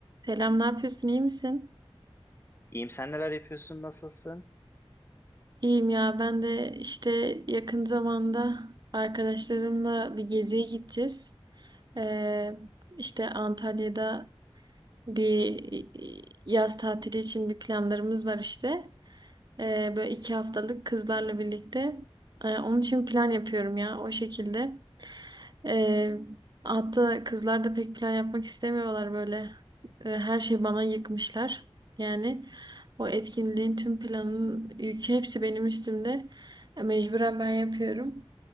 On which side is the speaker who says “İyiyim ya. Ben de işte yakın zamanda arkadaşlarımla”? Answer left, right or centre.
Right